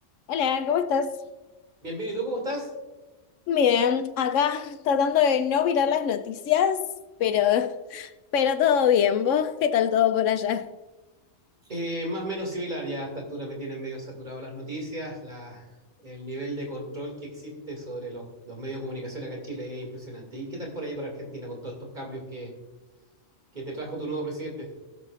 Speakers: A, on the left; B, on the right.
A: Hola, ¿cómo estás?
B: Bien, bien, ¿y tú cómo estás?
A: Bien, acá tratando de no mirar las noticias, pero, <laughs> pero todo bien. ¿Vos qué tal todo por allá?
B: Eh, más o menos similar, ya a esta altura me tienen medio saturado las noticias, la- el nivel de control que existe sobre los, los medios de comunicación acá en Chile es impresionante. ¿Y qué tal por allá por Argentina con todos estos cambios que, que te trajo tu nuevo presidente?